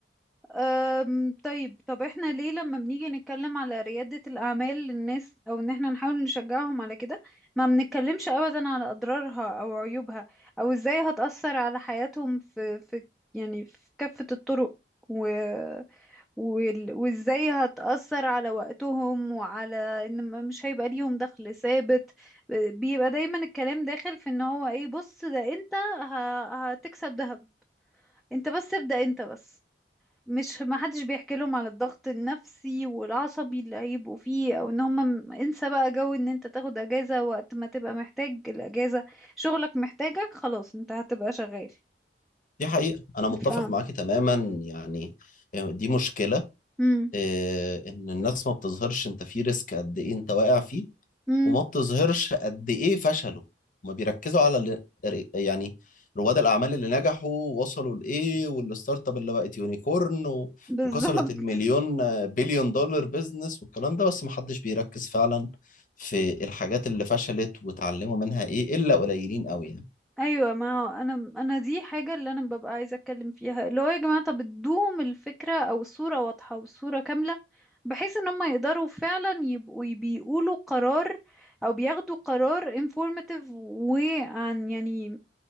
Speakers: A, in the centre; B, on the left.
A: أم طيب طب احنا ليه لما بنيجي نتكلم على ريادة الأعمال للناس أو إن احنا نحاول نشجعهم على كده ما بنتكلمش أبدا على أضرارها أو عيوبها أو إزاي هتأثر على حياتهم في في يعني في كافة الطرق و... وال- وإزاي هتأثر على وقتهم وعلى إن ما- مش هيبقى ليهم دخل ثابت بيبقى دايما الكلام داخل في إن هو إيه بص ده أنت ه... هتكسب دهب انت بس ابدأ انت بس مش ما حدش بيحكي لهم على الضغط النفسي والعصبي اللي هيبقوا فيه او ان هم م- انسى بقى جو ان انت تاخد اجازة وقت ما تبقى محتاج الاجازة شغلك محتاجك خلاص انت هتبقى شغال
B: دي حقيقة أنا متفق
A: فاهم
B: معاكي تماما يعني يعني دي مشكلة
A: امم
B: إيه إن الناس ما بتظهرش أنت في ريسك قد إيه أنت واقع فيه
A: امم
B: وما بتظهرش قد ايه فشلوا ما بيركزوا على ال- ر- يعني رواد الاعمال اللي نجحوا وصلوا لايه والستارت اب اللي بقت يونيكورن و-
A: بالظبط
B: وكسرت المليون آه، بليون دولار بيزنس والكلام ده بس ما حدش بيركز فعلا في الحاجات اللي فشلت وتعلموا منها ايه الا قليلين قوي يعني
A: ايوه ما هو انا انا دي حاجه اللي انا ببقى عايزه اتكلم فيها اللي هو يا جماعه طب ادوهم الفكره او الصوره واضحه والصوره كامله بحيث ان هم يقدروا فعلا يبقوا بيقولوا قرار او بياخدوا قرار informative وعن يعني